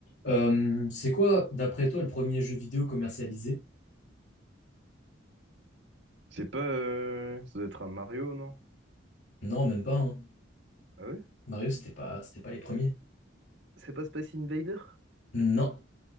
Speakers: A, on the left; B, on the right.
A: Euh, c'est quoi, d'après toi, le premier jeu vidéo commercialisé?
B: C'est pas. euh, Ça doit être un Mario, non?
A: Non, même pas, hein.
B: Ah ouais?
A: Mario, c'était pas, c'était pas les premiers.
B: C'est pas Space Invader?
A: Non.